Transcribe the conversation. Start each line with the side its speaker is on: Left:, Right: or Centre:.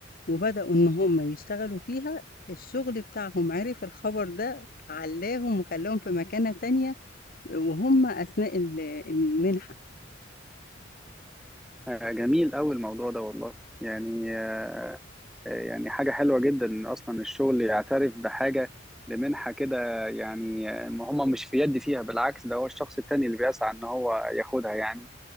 Left: وبدأوا إن هُم يشتغلوا فيها، الشغل بتاعهم عرف الخبر ده، علاهم وخلاهم في مكانة تانية وهُم أثناء ال المنحة.
Centre: آه، جميل أوي الموضوع ده والله يعني آه، يعني حاجة حلوة جدا إن أصلا الشغل يعترف بحاجة بمنحة كده يعني ما هم مش في يد فيها بالعكس ده هو الشخص التاني اللي بيسعى إن هو ياخدها يعني